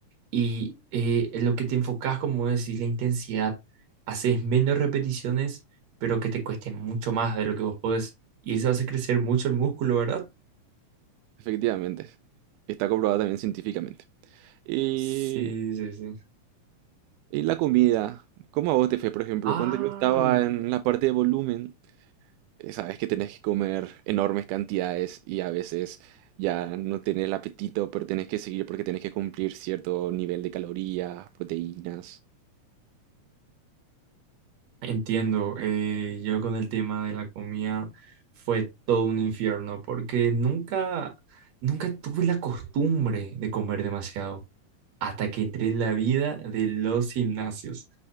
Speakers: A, on the right; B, on the right.
A: y eh, en lo que te enfocas, como decís, la intensidad, haces menos repeticiones, pero que te cuesten mucho más de lo que vos podés, y eso hace crecer mucho el músculo, ¿verdad?
B: Efectivamente. Está comprobado también científicamente. Y,
A: Sí, sí, sí.
B: y la comida, ¿cómo a vos te fue, por ejemplo?
A: Ah,
B: Cuando yo estaba en la parte de volumen, eh, sabes que tenés que comer enormes cantidades y a veces ya no tenés el apetito, pero tenés que seguir porque tenés que cumplir cierto nivel de calorías, proteínas.
A: Entiendo, eh, yo con el tema de la comida fue todo un infierno porque nunca, nunca tuve la costumbre de comer demasiado hasta que entré en la vida de los gimnasios.